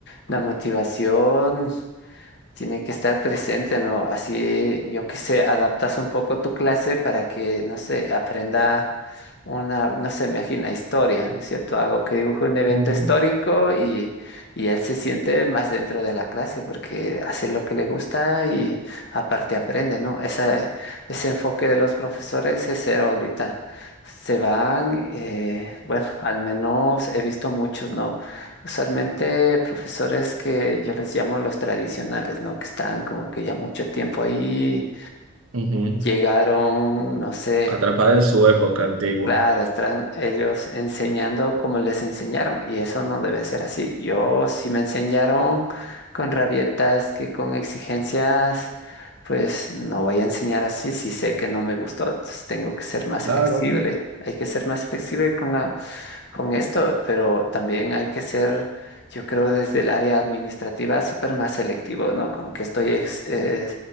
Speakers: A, on the left (about 50°); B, on the right (about 85°).
A: La motivación tiene que estar presente, ¿no? Así, yo qué sé, adaptas un poco tu clase para que, no sé, aprenda una, no se imagina historia, ¿no es cierto? Algo que dibuje un evento
B: ujú.
A: histórico y, y él se siente más dentro de la clase porque hace lo que le gusta y aparte aprende, ¿no? Esa, ese enfoque de los profesores es cero ahorita. Se van, eh, bueno, al menos he visto muchos, ¿no? Usualmente profesores que yo les llamo los tradicionales, ¿no? Que están como que ya mucho tiempo ahí,
B: Ujú.
A: llegaron, no sé
B: Atrapada en su época antigua.
A: Claro, están ellos enseñando como les enseñaron y eso no debe ser así. Yo si me enseñaron con rabietas, que con exigencias, pues no voy a enseñar así si sé que no me gustó. Entonces tengo que ser más
B: Claro.
A: flexible. Hay que ser más flexible con la, con esto, pero también hay que ser, yo creo, desde el área administrativa súper más selectivo, ¿no? Con qué estoy, ex- eh,